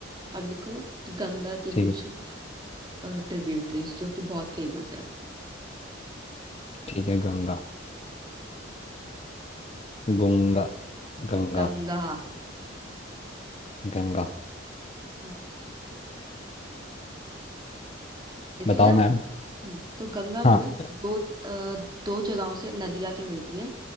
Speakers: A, on the right; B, on the left.
A: अब लिखो गंगा की
B: ठीक
A: कुछ
B: है
A: ट्रिब्यूटरीज जो कि बहुत फेमस है
B: ठीक है गंगा गुंगा गंगा
A: गंगा
B: गंगा
A: हम्म, लिख
B: बताओ
A: लिया
B: मैम
A: हम्म, तो गंगा
B: हाँ
A: में ना दो अ, दो जगहों से नदियां के मिलती है